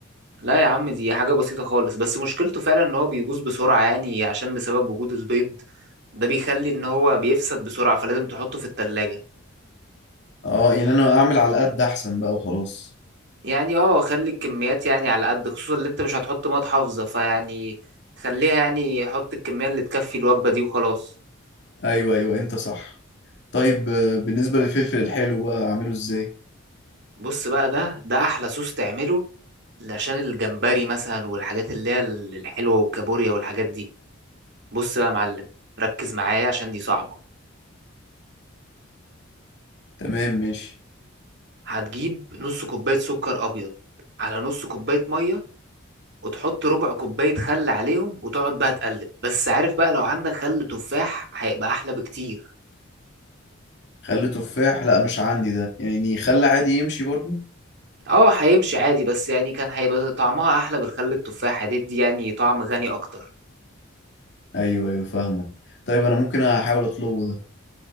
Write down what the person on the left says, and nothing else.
اه يعني انا اعمل على قد احسن بقى وخلاص
ايوه ايوه انت صح طيب آه، بالنسبة للفلفل الحلو بقى اعمله ازاي
تمام ماشي
خلي تفاح لا مش عندي ده يعني خلي عادي يمشي برضو
ايوه ايوه فاهمك طيب انا ممكن احاول اطلبه ده